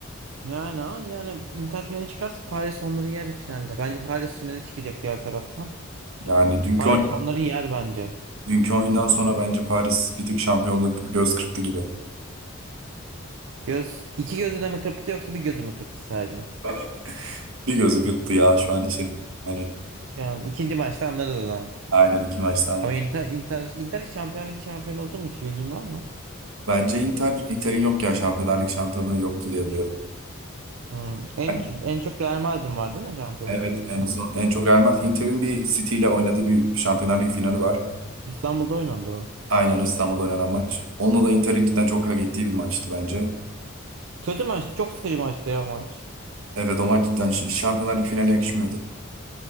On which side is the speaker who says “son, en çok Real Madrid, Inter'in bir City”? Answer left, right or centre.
Right